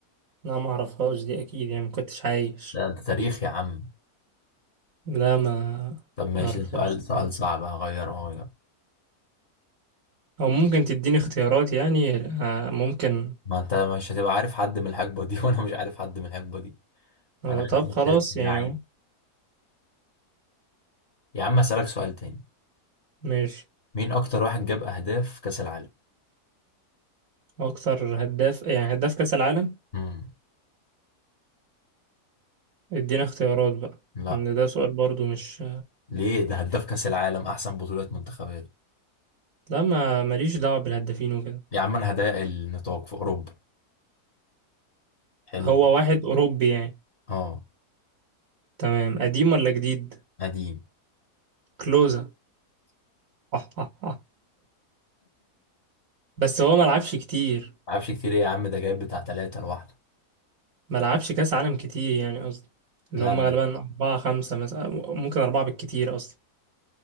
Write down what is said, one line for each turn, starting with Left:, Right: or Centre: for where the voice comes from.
Right: لا ما أعرفهاش دي أكيد يعني ما كنتش عايش
Left: ده, ده تاريخ يا عم
Right: لا ما
Left: طب ماشي
Right: ما أعرفهاش
Left: ده سؤال
Right: الصراحة
Left: سؤال صعب هغير هغير
Right: أو ممكن تديني اختيارات يعني آه، ممكن
Left: ما أنت مش هتبقى عارف حد من الحقبة دي <laughs> وأنا مش عارف حد من الحقبة دي
Right: آه،
Left: أنا
Right: طب
Left: عارف
Right: خلاص
Left: بس اسم اللعيب
Right: يعني
Left: يا عم أسألك سؤال تاني
Right: ماشي
Left: مين أكتر واحد جاب أهداف في كأس العالم؟
Right: أكتر هداف يعني هداف كأس العالم
Left: مم.
Right: ادينا اختيارات بقى
Left: لا
Right: إن ده سؤال برضو مش
Left: ليه ده هداف كأس العالم أحسن بطولات منتخبات
Right: لا ما ماليش دعوة بالهدافين وكده
Left: يا عم أنا هضيق النطاق في أوروبا حلو
Right: هو
Left: كده؟
Right: واحد أوروبي يعني
Left: أه
Right: تمام قديم ولا جديد
Left: قديم
Right: كلوزا <laughs> بس هو ملعبش كتير
Left: معرفش كتير ايه يا عم ده جايب بتاع تلاتة لوحده
Right: ملعبش كأس عالم كتير يعني قصدي اللي
Left: لا
Right: هم
Left: لا
Right: غالبا أربعة خمسة مثلا ممكن أربعة بالكتير أصلا